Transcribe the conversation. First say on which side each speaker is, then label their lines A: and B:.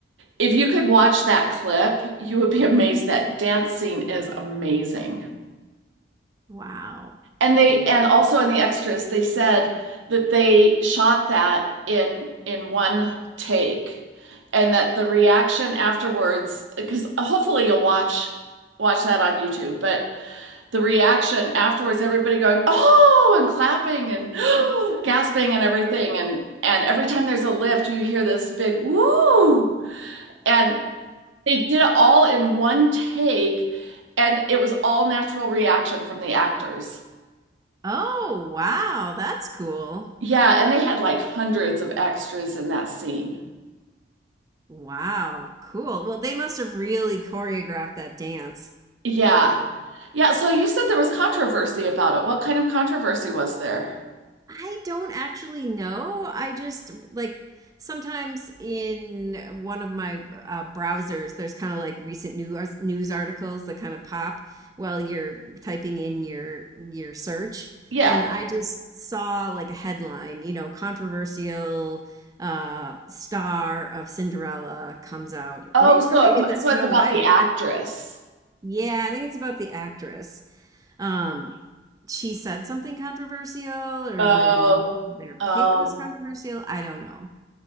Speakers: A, on the right; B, on the right.
A: if you could watch that clip you would be <laughs> amazed that dance scene is amazing
B: Wow,
A: and
B: cool.
A: they and also in the extras they said that they shot that in in one take and that the reaction afterwards because hopefully you'll watch watch that on youtube but the reaction afterwards everybody going oh and clapping and <gasps> gasping and everything and and every time there's a lift you hear this big woo and they did it all in one take and it was all natural reaction from the actors
B: Oh, wow, that's cool.
A: yeah and they had like hundreds of extras in that scene
B: Wow, cool. Well, they must have really choreographed that dance.
A: yeah yeah so you said there was controversy about it what kind of controversy was there
B: I don't actually know. I just like sometimes in one of my uh, browsers, there's kind of like recent news news articles that kind of pop while you're typing in your your search,
A: yeah
B: and I just saw like a headline, you know, controversial uh star of Cinderella comes out, or
A: oh
B: maybe
A: so
B: or maybe the
A: it,
B: Snow
A: so it's about
B: White.
A: the actress
B: Yeah, I think it's about the actress. Um, she said something controversial, or
A: oh
B: maybe their pick
A: oh
B: was controversial. I don't know.